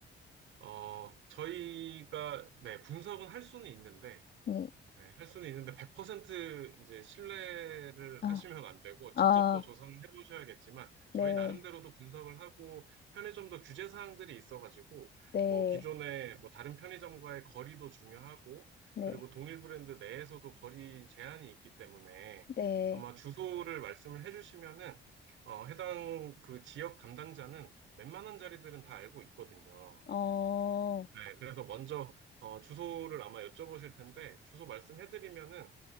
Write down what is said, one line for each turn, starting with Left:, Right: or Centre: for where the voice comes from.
Right: 어, 저희가, 네, 분석은 할 수는 있는데,
Left: 네.
Right: 네, 할 수는 있는데 100% 이제 신뢰를
Left: 아,
Right: 하시면 안 되고 직접
Left: 아,
Right: 또 조사는 해보셔야겠지만 저희
Left: 네,
Right: 나름대로도 분석을 하고 편의점도 규제 사항들이 있어가지고
Left: 네,
Right: 뭐 기존에 뭐 다른 편의점과의 거리도 중요하고
Left: 네,
Right: 그리고 동일 브랜드 내에서도 거리 제한이 있기 때문에
Left: 네.
Right: 아마 주소를 말씀을 해주시면은 어, 해당 그 지역 담당자는 웬만한 자리들은 다 알고 있거든요.
Left: 어,
Right: 네, 그래서 먼저 어, 주소를 아마 여쭤보실 텐데 주소 말씀해드리면은